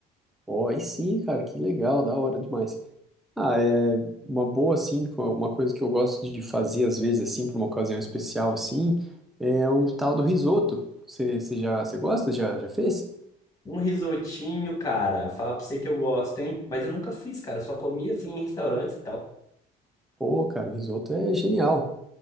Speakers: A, in the centre; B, on the left.
A: Ó, aí sim, cara, que legal, da hora demais. Ah, é uma boa, assim, co- uma coisa que eu gosto de fazer às vezes, assim, pra uma ocasião especial, assim, é o tal do risoto. Você você já, você gosta? Já, já fez?
B: Um risotinho, cara. Falar pra você que eu gosto, hein? Mas eu nunca fiz, cara. Eu só comia assim em restaurantes e tal.
A: Pô, cara, o risoto é genial.